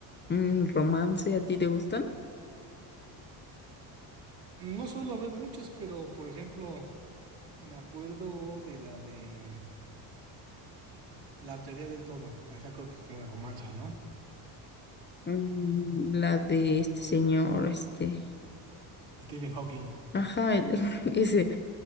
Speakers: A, on the left; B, on the right.
A: mm, romance, ¿a ti te gustan?
B: No suelo ver muchas, pero por ejemplo. Me acuerdo de la de la teoría del todo. Esa creo que es como de romance, ¿no?
A: Mm, La de este señor, este.
B: Stephen Hawking.
A: Ajá, el- <laughs> ese.